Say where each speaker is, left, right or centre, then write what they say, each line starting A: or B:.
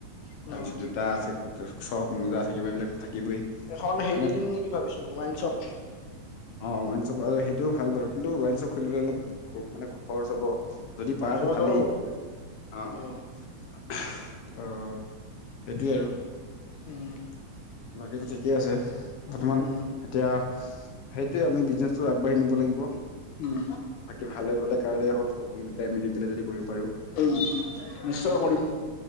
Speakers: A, on the left; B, on the left.
A: তাৰ
B: অ
A: পিছত জোতা থাকিব চব মোজা থাকিব এইবিলাক থাকিবই
B: এখন হেৰি
A: মানে
B: দিম নেকি ভাবিছো ৱাইনশ্বপ
A: অ ৱাইনচপ আৰু সেইটোও ভাল বাৰু কিন্তু ৱাইনশ্বপ খুলিবলৈ অলপ মানে খৰচ হ'ব যদি পাৰাটো
B: খৰচ
A: ভালেই
B: হ'ব বাৰু
A: অ অ
B: অ
A: সেইটোৱে আৰু
B: উম
A: বাকীতো ঠিকেই আছে বৰ্তমান
B: উম,
A: এতিয়া সেইটোৱে আমি বিজনেছটো আগবাঢ়ি নিব লাগিব
B: উম
A: বাকী ভালে ভালে কাৰণে হ'ল সকলোকিতাই মিলি পেলাই যদি কৰিব পাৰো
B: উম্ নিশ্চয় কৰিম